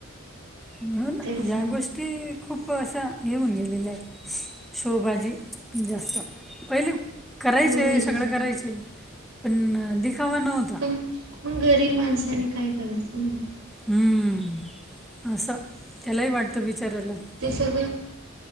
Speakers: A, in the centre; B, on the right.
A: म्हणून
B: तेच
A: या
B: ना
A: गोष्टी <unintelligible> ते खूप असं येऊन गेलेलं आहेत शोवभाजी जास्त <unintelligible> पहिले करायचे
B: शेवभाजीच
A: सगळं करायचे पण दिखावा नव्हतो
B: पण मग गरीब माणसानी काय करायचं <unintelligible>
A: हम्म असं त्यालाही वाटतं बिचाराला <unintelligible>
B: ते सळं <unintelligible>